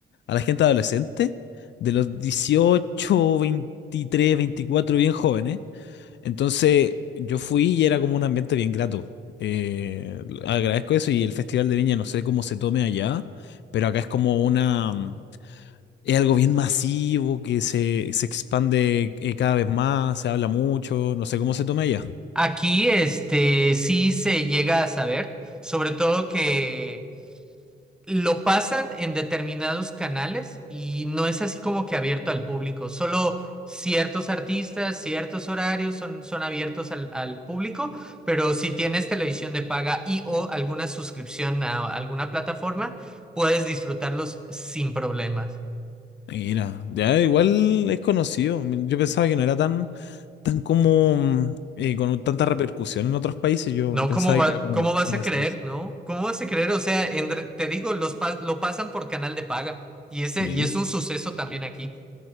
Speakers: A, on the left; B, in the centre.
A: a la gente adolescente, de los 18 23 24 bien jóvenes. Entonces yo fui y era como un ambiente bien grato. Eh, agradezco eso y el Festival de Viña no sé cómo se tome allá, pero acá es como una. Es algo bien masivo que se, se expande eh, cada vez más, se habla mucho, no sé cómo se toma ella.
B: Aquí, este, sí se llega a saber, sobre todo que lo pasan en determinados canales y no es así como que abierto al público. Solo ciertos artistas, ciertos horarios son, son abiertos al, al público, pero si tienes televisión de paga y o alguna suscripción a alguna plataforma, puedes disfrutarlos sin problemas.
A: Mira, ya igual es conocido. Yo pensaba que no era tan, tan como mm, eh, con tanta repercusión en otros países. Yo
B: No,
A: pensaba
B: ¿cómo va,
A: que era como
B: cómo
A: pasado
B: vas a
A: de
B: creer,
A: esa
B: no? ¿Cómo vas a creer? O sea, entre- te digo, los pa- lo pasan por canal de paga y ese
A: Mira,
B: y es un suceso también aquí.